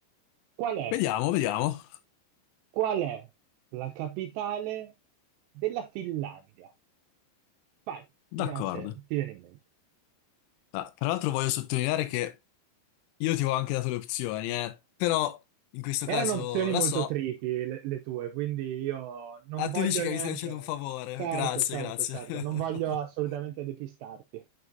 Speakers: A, on the right; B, on the left.
A: Qual è,
B: Vediamo, vediamo.
A: qual è la capitale della Finlandia? Vai,
B: D'accordo.
A: vediamo se ti viene in mente.
B: Ah, tra l'altro voglio sottolineare che io ti avevo anche dato le opzioni, eh, però in questo
A: Erano
B: caso
A: opzioni
B: la
A: molto
B: so,
A: tricky le, le tue, quindi io non
B: ah,
A: voglio
B: tu dici che
A: neanche...
B: mi stai facendo un favore,
A: Certo,
B: grazie,
A: certo,
B: grazie.
A: certo, non voglio assolutamente
B: <laughs>
A: depistarti.